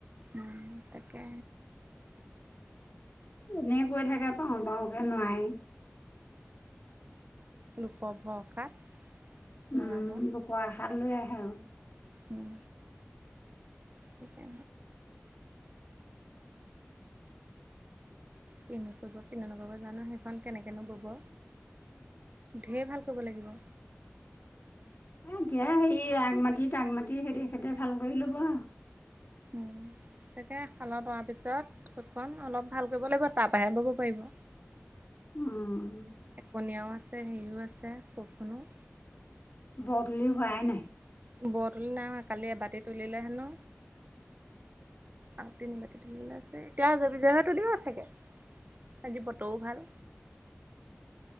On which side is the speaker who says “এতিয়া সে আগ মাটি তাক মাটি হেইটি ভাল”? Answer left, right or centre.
Left